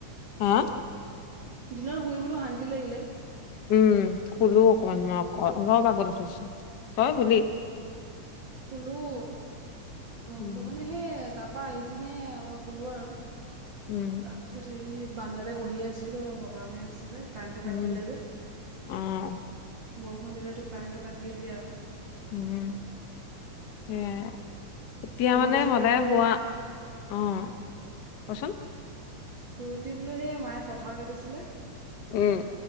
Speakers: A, on the left; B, on the right.
A: সা?
B: দিনত শুইবোলোঁ শান্তি লাগিলে।
A: উম, শুলোঁ অকমান মই অলপ আগত উঠিছোঁ, তই শুলি?
B: শুলোঁ। শুলোঁ
A: উম
B: মানে সেই তাৰপা আহি পিনে অলপ শুলোঁ আৰু।
A: উম।
B: তাৰপিছত হেৰি বাৰাণ্ডাতে বহি আছিলোঁ আৰু বতাহ মাৰি আছিলে, কাৰেণ্টটো
A: উম
B: কাটি দিলে যে।
A: অ'।
B: বৰষুণ দিলেতো কাৰেণ্টটো কাটিয়েই দিয়ে আৰু।
A: উম, সেয়াই, এতিয়া
B: শুই
A: মানে
B: উঠি
A: সদায়
B: তাকে
A: হোৱা? অ', কোৱাচোন?
B: শুই উঠি বোলোঁ সেই মায়ে কঁঠাল কাটিছিলে।
A: উম।